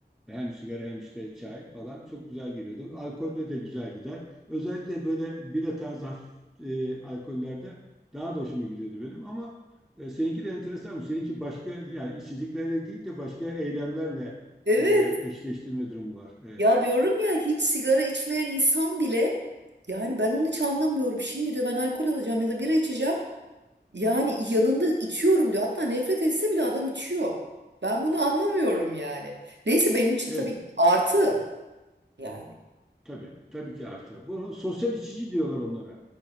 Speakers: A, in the centre; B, on the right.
A: Hem sigara hem işte çay falan çok güzel geliyordu. Alkolle de güzel gider. Özellikle böyle bira tarzı hafif e, alkollerde daha da hoşuma gidiyordu benim. Ama e, seninki de enteresan mı? Seninki başka yani içeceklerle değil de başka eylemlerle
B: Evet
A: e, eşleştirme durumu var. Evet.
B: Ya diyorum ya hiç sigara içmeyen insan bile yani ben onu hiç anlamıyorum. Şimdi diyor ben alkol alacağım ya da bira içeceğim. Yani yanında içiyorum diyor. Hatta nefret etse bile adam içiyor. Ben bunu anlamıyorum yani. Neyse benim için
A: Evet
B: tabii artı yani.
A: tabii. Tabii ki artı. Bunu sosyal içici diyorlar onlara.